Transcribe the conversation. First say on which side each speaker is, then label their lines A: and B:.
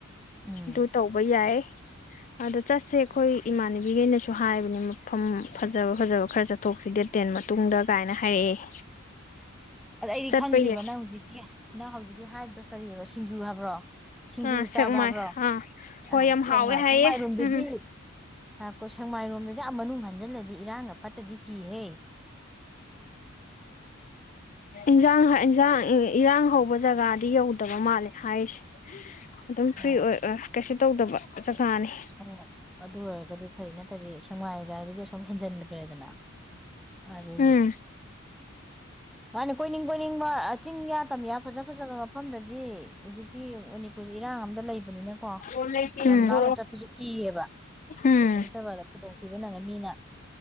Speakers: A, in the centre; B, on the left.
A: ꯎꯝ
B: ꯑꯗꯨ ꯇꯧꯕ ꯌꯥꯏ ꯑꯗꯣ ꯆꯠꯁꯦ ꯑꯩꯈꯣꯏ ꯏꯃꯥꯟꯅꯕꯤꯈꯩꯅꯁꯨ ꯍꯥꯏꯕꯅꯦ ꯃꯐꯝ ꯐꯖꯕ ꯐꯖꯕ ꯈꯔ ꯆꯠꯊꯣꯛꯁꯤ ꯗꯦꯠ ꯇꯦꯟ ꯃꯇꯨꯡꯗ ꯀꯥꯏꯅ ꯍꯥꯏꯔꯛꯑꯦ
A: ꯑꯗ ꯑꯩꯗꯤ
B: ꯆꯠꯄ
A: ꯈꯪꯗ꯭ꯔꯤꯕ
B: ꯌꯥꯏ
A: ꯅꯪ ꯍꯧꯖꯤꯛꯀꯤ ꯅꯪ ꯍꯧꯖꯤꯛꯀꯤ ꯍꯥꯏꯕꯗꯨꯣ ꯀꯔꯤꯑꯕ ꯁꯤꯡꯖꯨ ꯍꯥꯏꯕ꯭ꯔꯣ ꯁꯤꯡꯖꯨ
B: ꯑꯥ ꯁꯦꯛꯃꯥꯏ
A: ꯆꯥꯕ ꯍꯥꯏꯕ꯭ꯔꯣ
B: ꯑꯥ ꯍꯣꯏ
A: ꯑ
B: ꯌꯥꯝ
A: ꯁꯦꯡꯃꯥꯏ
B: ꯍꯥꯎꯋꯦ ꯍꯥꯏꯌꯦ
A: ꯁꯦꯡꯃꯥꯏꯔꯣꯝꯗꯗꯤ
B: ꯎꯝ
A: ꯀꯣ ꯁꯦꯡꯃꯥꯏꯔꯣꯝꯗꯗꯤ ꯌꯥꯝ ꯃꯅꯨꯡ ꯍꯟꯖꯤꯜꯂꯗꯤ ꯏꯔꯥꯡꯒ ꯐꯠꯇꯗꯤ ꯀꯍꯦ
B: ꯏꯟꯁꯥꯡ ꯏꯟꯁꯥꯡ ꯏꯔꯥꯡ ꯍꯧꯕ ꯖꯒꯥꯗꯤ ꯌꯧꯗꯕ ꯃꯥꯜꯂꯦ ꯍꯥꯏꯔꯤꯁꯦ ꯑꯗꯨꯝ
A: ꯑꯣ
B: ꯐ꯭ꯔꯤ ꯑꯣꯏ ꯀꯩ ꯇꯧꯗꯕ ꯁꯅ
A: ꯑꯣ ꯑꯗꯨ ꯑꯣꯏꯔꯒꯗꯤ ꯐꯩ ꯅꯠꯇ꯭ꯔꯗꯤ ꯁꯦꯛꯃꯥꯏꯒꯥꯏꯗꯨꯗꯤ ꯁꯨꯝ ꯍꯦꯟꯖꯤꯟꯈ꯭ꯔꯦꯗꯅ ꯑꯗꯨꯒꯤ
B: ꯎꯝ
A: ꯃꯥꯅꯦ ꯀꯣꯏꯅꯤꯡ ꯀꯣꯏꯅꯤꯡꯕ ꯆꯤꯡꯌꯥ ꯇꯝꯌꯥ ꯐꯖ ꯐꯖꯕ ꯃꯐꯝꯗꯗꯤ ꯍꯧꯖꯤꯛꯇꯤ ꯃꯅꯤꯄꯨꯔꯁꯦ ꯏꯔꯥꯡ ꯑꯝꯗ ꯂꯩꯕꯅꯤꯅꯀꯣ
B: ꯎꯝ
A: ꯌꯥꯝ ꯂꯥꯞꯅ ꯆꯠꯄꯁꯨ ꯀꯤꯌꯦꯕ
B: ꯎꯝ
A: ꯀꯩꯁꯨ ꯅꯠꯇꯕ ꯈꯨꯗꯣꯡꯊꯤꯕ ꯅꯪꯉ ꯃꯤꯅ